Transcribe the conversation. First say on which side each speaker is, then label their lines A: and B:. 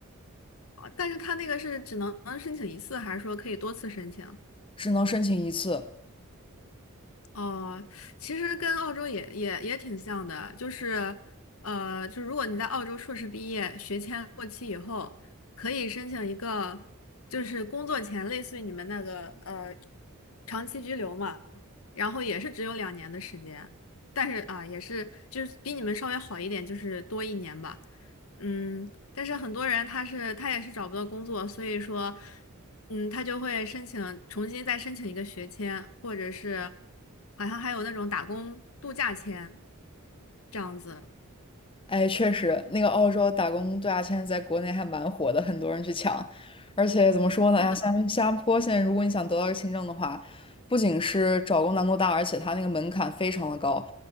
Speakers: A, on the left; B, on the left.
A: 啊但是他那个是只能申请一次，还是说可以多次申请？
B: 只能申请一次。
A: 哦，其实跟澳洲也也也挺像的，就是，呃，就如果你在澳洲硕士毕业，学签过期以后，可以申请一个，就是工作前类似于你们那个呃长期居留嘛，然后也是只有两年的时间，但是啊、也是就是比你们稍微好一点，就是多一年吧，嗯，但是很多人他是他也是找不到工作，所以说。嗯，他就会申请重新再申请一个学签，或者是好像还有那种打工度假签这样子。
B: 哎，确实，那个澳洲打工度假签在国内还蛮火的，很多人去抢。而且怎么说呢？哎呀，
A: 是的，
B: 新新加坡现在如果你想得到一个签证的话，不仅是找工难度大，而且它那个门槛非常的高，